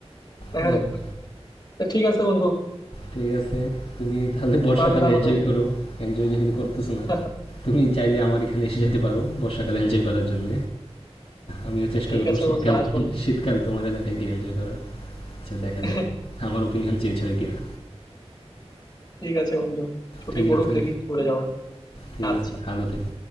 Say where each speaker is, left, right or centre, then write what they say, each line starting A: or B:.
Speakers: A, on the left; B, on the left.
A: দেখা
B: হুম,
A: যাক
B: হুম,
A: তো ঠিক আছে বন্ধু
B: ঠিক আছে তুমি তাহলে বর্ষাকাল
A: ভালো থাকো
B: এনজয়
A: তাহলে
B: করো এনজয় যেহেতু করতেছো না
A: <laughs>
B: তুমি চাইলে আমার এখানে এসে যেতে পারো বর্ষাকাল এনজয় করার জন্য আমিও চেষ্টা
A: ঠিক
B: করবো
A: আছে
B: শীতকাল
A: বন্ধু আসবো না দেখি
B: শীতকাল তোমার এলাকায় গিয়ে এনজয় করার আচ্ছা দেখা
A: <laughs>
B: যাক আমার ওপিনিয়ন চেঞ্জ হয় কিনা
A: ঠিক আছে বন্ধু ছুটি
B: ঠিক
A: পড়ুক
B: আছে
A: দেখি ঘুরে যাওয়া নিয়ে।
B: ঠিক
A: আচ্ছা
B: আছে ভালো থেকো